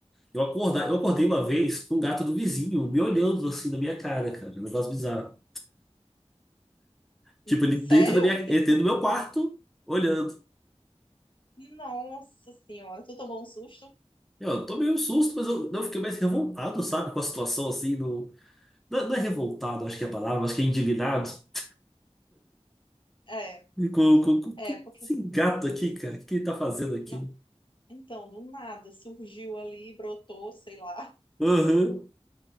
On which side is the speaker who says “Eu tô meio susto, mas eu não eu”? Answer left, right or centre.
Centre